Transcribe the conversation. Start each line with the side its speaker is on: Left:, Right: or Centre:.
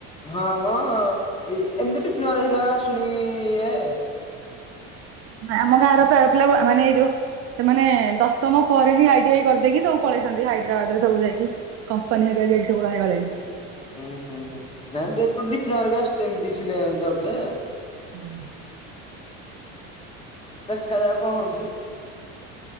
Left: ହଁ ମ ଏ ଏମିତିଟି ଫଲର ହେଲା ଆସୁନି କି ଏ।
Right: ଆମ ଗାଁର ପିଲା ମାନେ ଏଇ ଯୋଉ। ସେମାନେ ଦଶମ ପରେ ହିଁ ଆଇ ଟି ଆଇ କରିଦେଇକି ସବୁ ପଳେଇଥାନ୍ତି ହାଇଦ୍ରାବାଦ ରେ ସବୁ ଯାଇକି କମ୍ପାନୀରେ। ଯାଇକି ସବୁ ରହିଗଲେଣି।
Left: ଉୁଁ ହୁଁ ହୁଁ ନାଇଁ <unintelligible> ବି ଆସୁଛି ଏମତି ଜବ ଯେ।
Right: <unintelligible>
Left: ଦେଖାଯିବା କଣ ହଉଛି।